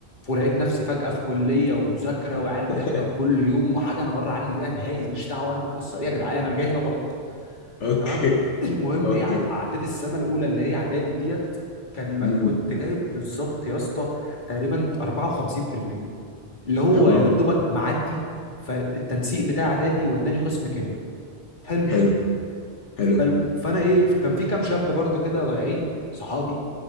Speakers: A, on the left; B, on the left.
A: ولقيت نفسي فجاه في كليه ومذاكره وعيال بتحضر
B: <laughs>
A: كل يوم وحاجه انا بره عني بيها نهائي ماليش دعوه انا بالقصه دي يا جدعان انا جاي هنا غلط
B: اوكي
A: تمام المهم
B: اوكي
A: ايه عد- عديت السنه الاولى اللي هي اعدادي ديت كان م-
B: امم
A: كنت جايب بالظبط يا اسطى تقريبا 54% اللي هو
B: تمام
A: يا دوبك معدي فالتنسيق بتاع اعدادي وداني قسم كيمياء حلو
B: حلو حلو
A: فال- فانا ايه كان في كام شاب برضو كده ضايعين صحابي